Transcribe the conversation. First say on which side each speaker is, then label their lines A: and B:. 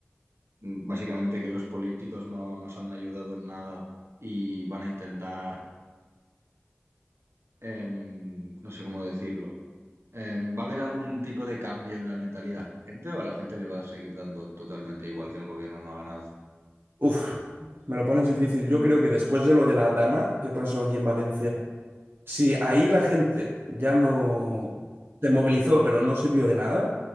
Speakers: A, on the right; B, on the right.
A: mm, básicamente que los políticos no nos han ayudado en nada y van a intentar, em, no sé cómo decirlo, Em, ¿va a haber algún tipo de cambio en la mentalidad de la gente o a la gente le va a seguir dando totalmente igual que el gobierno no haga nada?
B: Uf, me lo pones difícil. Yo creo que después de lo de la Dana que pasó aquí en Valencia, si ahí la gente ya no se movilizó, pero no sirvió de nada,